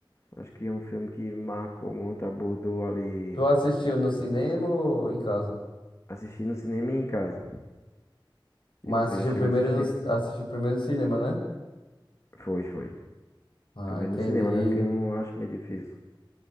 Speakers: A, on the left; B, on the left.
A: Acho que é um filme que marcou muito, abordou ali,
B: Tu assistiu no cinema ou em casa?
A: assisti no cinema e em casa.
B: Mas
A: E você
B: assistiu
A: já chegou
B: primeiro
A: a assistir?
B: no, assistiu primeiro no cinema, né?
A: Foi, foi.
B: Ah,
A: Primeiro
B: entendi.
A: no cinema, né? Porque eu não acho meio difícil.